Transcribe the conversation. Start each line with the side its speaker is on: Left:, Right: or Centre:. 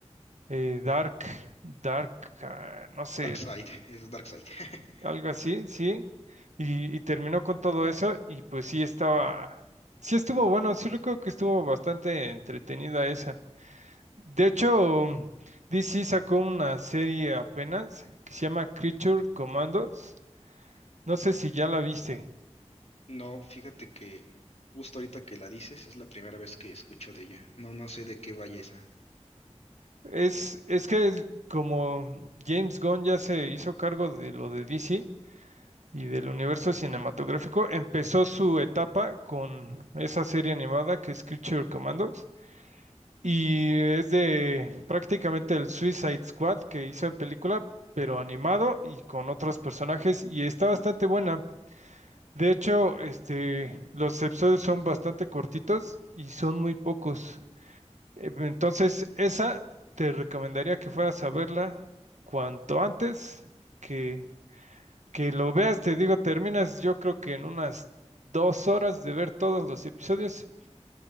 Right: eh, Dark, Dark, ah, no sé,
Left: Darkseid, es Darkseid. <laughs>
Right: algo así, sí, y, y terminó con todo eso y pues sí estaba, sí estuvo bueno, sí recuerdo que estuvo bastante entretenida esa. De hecho, DC sacó una serie apenas que se llama Creature Commandos, no sé si ya la viste.
Left: No, fíjate que justo ahorita que la dices es la primera vez que escucho de ella. No, no sé de qué vaya esa.
Right: Es, es que como James Gunn ya se hizo cargo de lo de DC y del universo cinematográfico, empezó su etapa con esa serie animada que es Creature Commandos y es de prácticamente el Suicide Squad que hizo en película, pero animado y con otros personajes y está bastante buena. De hecho, este, los episodios son bastante cortitos y son muy pocos. Eh, Entonces, esa te recomendaría que fueras a verla cuanto antes que, que lo veas. Te digo, terminas yo creo que en unas dos horas de ver todos los episodios.